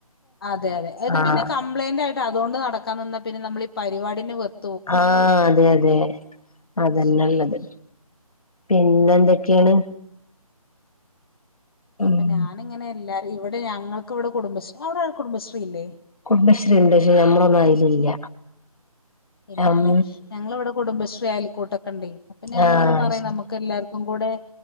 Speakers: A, on the left; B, on the left.
A: അതെ അതെ അത്
B: ആഹ്
A: പിന്നെ കംപ്ലൈന്റ് ആയിട്ട് അതുകൊണ്ട് നടക്കാൻ നിന്നാ പിന്നെ നമ്മളീ പരിപടിയെന്നെ വെറ്
B: ആഹ് അതെ അതെ അതന്നെള്ളത് പിന്നെന്തെക്കെയാണ്
A: ഉം
B: ഉം
A: അപ്പ ഞാനിങ്ങനെ എല്ലാരെ ഇവടെ ഞങ്ങൾക്ക് ഇവിടെ കുടുംബശ്രീ അവടെ കുടുംബശ്രീ ഇല്ലേ
B: കുടുംബശ്രീ ഇണ്ട് പക്ഷേ ഞമ്മളൊന്നും അയിലില്ല
A: ഇല്ലാല്ലെ
B: ഉം
A: ഞങ്ങളിവിടെ കുടുംബശ്രീ ആയൽക്കൂട്ടൊക്കെ ഇണ്ടേ അപ്പൊ ഞാനിങ്ങനെ
B: ആഹ്
A: പറയും
B: ശരി
A: നമ്മക്ക് എല്ലാര്ക്കു ക്കും കൂടെ